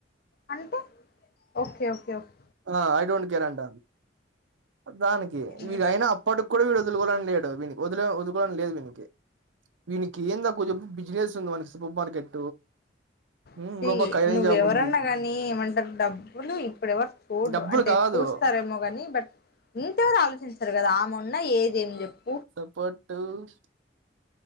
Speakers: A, on the left; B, on the right.
A: అనుకో ఓకే ఓకే ఓక్
B: అ ఐ డోంట్ కేర్ అంట ప్రతి దానికి
A: ఏం
B: వీడయినా
A: చేస్తాం
B: అప్పటికి కూడా వీడు వదులుకోన్ లేడు వ వదుకోని లేదు వీనికి వీనికి ఏందకు బిజినెస్ ఉంది మనకి సూపర్ మార్కెట్ హ్మ్
A: ఒసై
B: ఇంకో పక్క ఐరన్
A: నువ్వెవరన్నగాని
B: షాప్ ఉంది
A: ఏమంటారు డబ్బులు ఇప్పుడు వరు చూడ్రు
B: డబ్బులు
A: అంటే
B: కాదు
A: చూస్తారేమో కాని బట్ ఇంకేవరు ఆలోచిస్తారు కదా ఆ మొన్న ఏ దీన్ చెప్ <unintelligible>
B: సపోర్ట్ టు <inaudible>